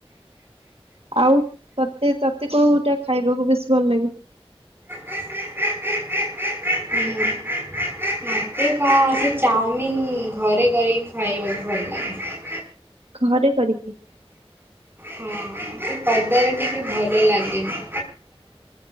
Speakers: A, on the right (about 65°); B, on the right (about 20°).
A: ଆଉ ତତେ ତତେ କୋଉଟା ଖାଇବାକୁ ବେଶୀ ଭଲ ଲାଗେ?
B: <inaudible> ଏ କନ୍ ଚାଉମିିନ ଘରେ କରି ଖାଇବାକୁ ଭଲ ଲାଗେ।
A: ଘରେ କରିକି
B: ହଁ <inaudible> ପଦାରେ ଟିକେ ଭଲ ଲାଗେନି